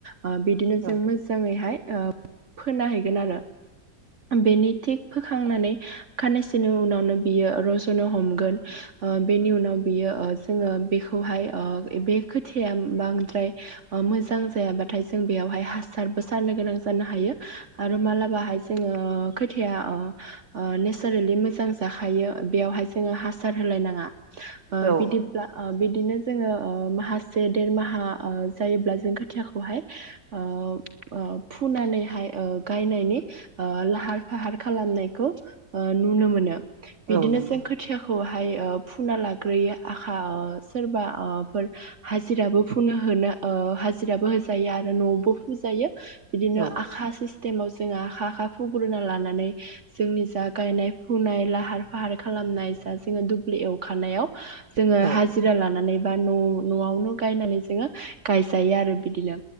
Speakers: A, on the right; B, on the right.
A: ओ बिदिनो
B: औ
A: जों मोजाङैहाय ओ फोना हैगोन आरो बेनि थिक फोखांनानै खानैसोनि उनावनो बियो रज नो हमगोन बेनि उनाव बियो जोङो बेखौहाय ओ बे खोथिया बांद्राय मोजां जायाबाथाय जों बेयावहाय हासारबो सारनो गोनां जानो हायो आरो माला बाहाय जोंङो खोथिया ओ नेचारेलि मोजां जाखायो बेयावहाय जोंङो हासार होलायनाङा ओ
B: औ
A: बिदिब्ला ओ बिदिनो जोङो ओ माहासे ओ देरमाहा ओ जायोब्ला जों खोथियाखौहाय ओ ओ फुनानैहाय ओ गायनायनि ओ लाहार फाहार खालामनायखौ ओ नुनो मोनो बिदिनो
B: औ औ नंगौ
A: जों खोथिया हाय फुना लाग्रोयो आखा ओ सोरबा ओ फोर हाजिराबो फुनो होनोओ हाजिराबो होजायो आरो नआवबो फुजायो बिदिनो
B: औ
A: आखा सिस टाइमाव जोंहा आखा आखा फुग्रोना लानानै जोंनि जा गायनाय फुनाइ लाहार फाहार खालामनाय जाजोब जोङो दुब्लि एव खानायाव जोङो
B: औ
A: हाजिरा लानानै बा न न आवनो गायनानै जोङो गायजायो आरो बिदिनो